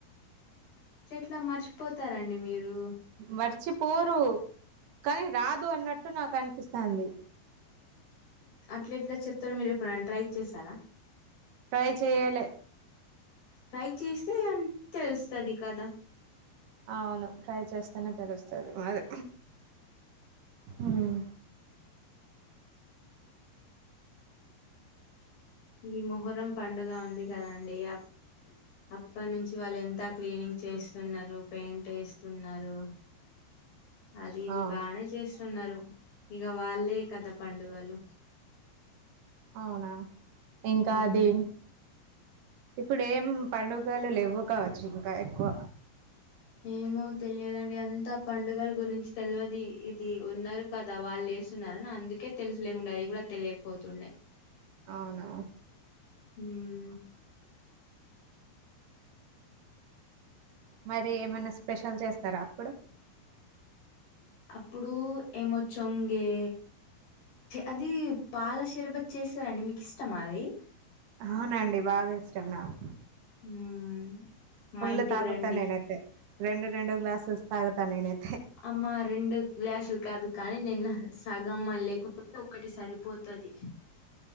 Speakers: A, on the left; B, on the right.
A: ఏట్లా మర్చిపోతారండి మీరు
B: మర్చిపోరు కానీ రాదు అన్నట్టు నాకు అనిపిస్తంది
A: అట్లా ఇట్లా చెప్తారు మీరు ఎప్పుడు ట్రై చేశారా
B: ట్రై చెయలే
A: ట్రై చేస్తే అ తెలుస్తది కదా
B: అవును ట్రై చేస్తానే తెలుస్తది అదే ఉమ్
A: ఈ మొహరం పండుగ ఉంది కదండి ఇగ అప్పటి నుంచి వాళ్ళు ఎంత క్లీనింగ్ చేస్తున్నారు పెయింట్ వేస్తున్నారు అది ఇది
B: అవును.
A: బానే చేస్తున్నారు ఇక వాళ్ళే కథ పండుగలు
B: అవునా ఇంకాది
A: ఉమ్
B: ఇప్పుడు ఏం పండుగలు లేవ్వు కావచ్చు ఇంకా ఎక్కువ
A: ఏమో తెలియదండి అంతా పండుగల గురించి తెలువది ఇది ఉన్నారు కదా వాళ్ళే చేస్తున్నార అందుకే తెలుసు లేకుండా అది కూడా తెలియకపోతుండే
B: అవునా
A: మ్
B: మరి ఏమైనా స్పెషల్ చేస్తారా అప్పుడు?
A: అప్పుడు ఏమొచ్చొంగే. అది పాల షర్బత్ చేసారండి మీకు ఇష్టమా అది
B: అవునండి బాగా ఇష్టం నాకు
A: ఉమ్ మా
B: ఫుళ్ల్
A: ఇంటికి
B: తాగతా
A: రండి
B: నేనైతే రెండు గ్లాసెస్ తాగుతా నేనైతే.
A: అమ్మా రెండు గ్లాసులు కాదు కానీ నిన్న సగమ్మ మల్లే లేకుండా ఒకటి సరి పోతాది.